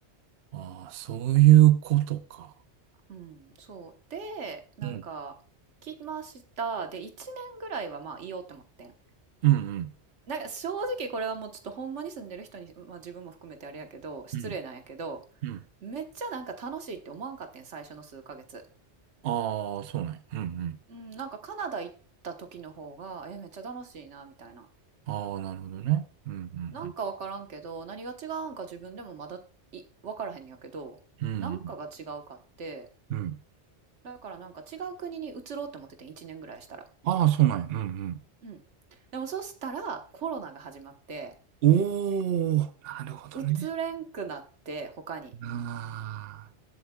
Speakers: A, on the right; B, on the right.
A: ああ、そういうことか。
B: う。ん、そう。で、なんか、
A: うん。
B: 着ました。で、1年ぐらいはまあいようって思ってん。
A: うんうん。
B: なんか正直これはもうちょっとほんまに住んでる人に、まあ自分も含めてあれやけど、失礼なんやけど、
A: うん。うん。
B: めっちゃなんか楽しいって思わんかってん、最初の数ヶ月。
A: ああ、そうなんや。うん
B: うん、なんかカナダ行った時の方が、え、めっちゃ楽しいな、みたいな。
A: ああ、なるほどね。うんうん
B: なんかわからんけど、何が違うんか自分でもまだい、わからへんやけど、
A: うん。
B: なんかが違うかって、
A: うんうん。
B: だからなんか違う国に移ろうって思っててん、1年ぐらいしたら。
A: ああ、そうなんや。うん
B: うん。でもそしたらコロナが始まって、
A: うん。おお、なるほどね。
B: 移れんくなって、他に。
A: あ